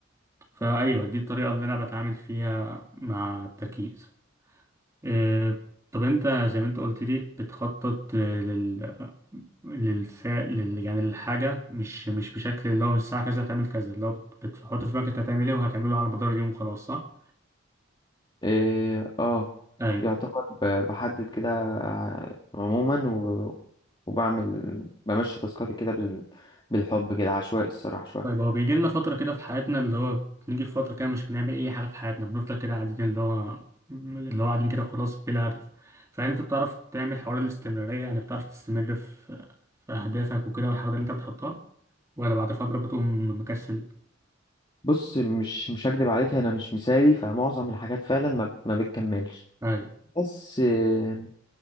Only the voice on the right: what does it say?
فأيوه دي الطريقة اللي أنا بتعامل فيها مع التركيز آه، طب انت زي ما انت قلت لي بتخطط آه، لل للفعل لل... يعني للحاجة مش مش بشكل اللي هو من الساعة كذا هتعمل كذا اللي هو بت- بتحط في بالك انت هتعمل ايه وهتعمله على مدار اليوم وخلاص صح؟
ايوه
طيب هو بيجي لنا فترة كده في حياتنا اللي هو بنيجي في فترة كده مش بنعمل أي حاجة في حياتنا بنفضل كده قاعدين اللي هو اللي هو قاعدين كده وخلاص بلا هدف فهل أنت بتعرف تعمل حوار الاستمرارية يعني بتعرف تستمر في في أهدافك وكده والحاجات اللي أنت بتحطها ولا بعد فترة بتقوم مكسل؟
أيوه